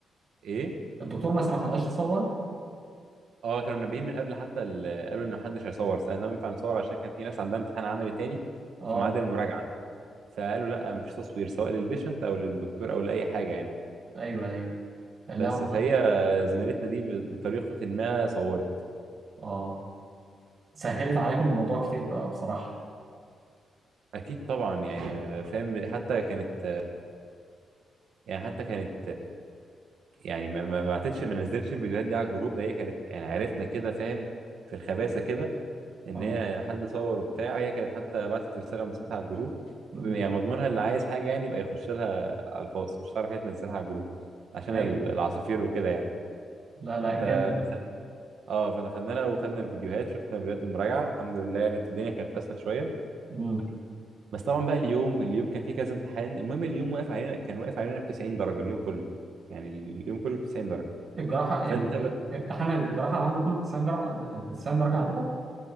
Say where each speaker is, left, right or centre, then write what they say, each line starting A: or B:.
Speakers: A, on the right (about 70°); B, on the right (about 40°).
A: ايه
B: الدكتور ما سمحلهاش تصور
A: اه كانوا منبهين من قبل حتى ال... قالوا ان محدش هيصور سالناهم ينفع نصور عشان كان في ناس عندها امتحان عملي تاني
B: اه
A: في ميعاد المراجعه فقالوا لا مفيش تصوير سواء للبيشنت او للدكتور او لاي حاجه يعني
B: ايوه ايوه لا
A: بس
B: والله
A: فهي زميلتنا دي ب- بطريقه ما صورت
B: اه سهلت عليكم الموضوع كتير بقى بصراحه
A: اكيد طبعا يعني آه، فاهم حتى كانت يعني حتى كانت يعني ما ما ما بعتتش ما نزلتش الفيديوهات دي على الجروب ده هي كانت يعني عرفنا كده فاهم في الخباثه كده ان
B: اه
A: هي يعني حد صور وبتاع هي كانت حتى بعتت رساله مسحتها على الجروب
B: امم
A: يعني مضمونها اللي عايز حاجه يعني يبقى يخش لها على الخاص مش هتعرف هي تنزلها على الجروب عشان
B: ايوه
A: ال- العصافير وكده يعني
B: لا لا جامد
A: ف
B: والله.
A: اه فدخلنا لها وخدنا الفيديوهات شفنا فيديوهات المراجعه الحمد لله يعني الدنيا كانت اسهل شويه
B: امم
A: بس طبعا بقى اليوم اليوم كان فيه كذا امتحان المهم اليوم واقف علينا كان واقف علينا ب 90 درجه اليوم كله يعني اليوم كله ب 90 درجه
B: الجراحه
A: فانت
B: ال- امتحان الجراحه عامله كله 90 درجه 90 درجه عندكم